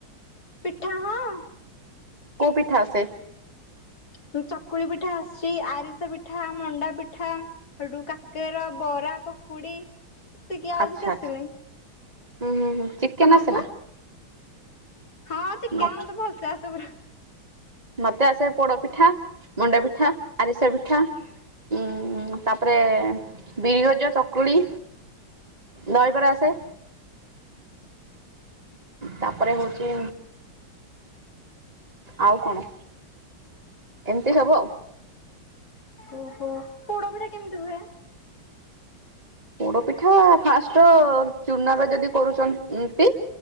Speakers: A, on the left (about 45°); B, on the right (about 20°).
A: ପିଠା ହଁ।
B: କୋଉଁ ପିଠା ଆସେ?
A: ଉଁ ଚକୁଳି ପିଠା ଆସିଛି ଆରିସା ପିଠା ମଣ୍ଡା ପିଠା। ସେଠୁ କାକେରା ବରା ପକୁଡି ଏତିକି ଆଉ
B: ଆଚ୍ଛା
A: କିଛି ଆସେନାହିଁ
B: ଆଚ୍ଛା ହୁଁ ହୁଁ ହୁଁ ଚିକେନ
A: ତମକୁ।
B: ଆସେ
A: ହଁ ଚିକେନ
B: ନା?
A: ମୋତେ ଭଲସେ ଆସେ ପରା।
B: ମତେ ଆସେ ପୋଡପିଠା ମଣ୍ଡା ପିଠା ଆରିସା ପିଠା। ଉଁ ହୁଁ ତାପରେ ବିରଜା ଚକୁଳି। ଦହିବରା ଆସେ। ତାପରେ ହଉଛି ଆଉ କଣ ଏମିତି ସବୁ ଆଉ?
A: ଓହୋ ପୋଡ ପିଠା କେମିତି ହୁଏ?
B: ପୋଡ ପିଠା ଫାଷ୍ଟ ଚୁନାରେ ଯଦି କରୁଛନ୍ତି